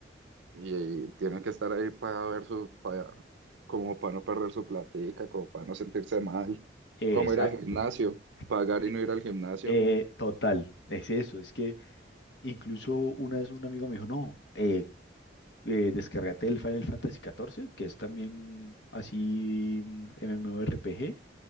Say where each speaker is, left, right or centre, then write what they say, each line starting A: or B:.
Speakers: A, on the right; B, on the left.
A: Y, y tiene que estar ahí para ver su, para, como para no perder su platica, como para no sentirse mal,
B: Eh,
A: como
B: exacto.
A: ir al gimnasio, pagar
B: Eh,
A: y no ir al gimnasio.
B: eh, total, es eso, es que incluso una vez un amigo me dijo, no, eh, eh, descárgate el Final Fantasy XIV, que es también así mm, MMORPG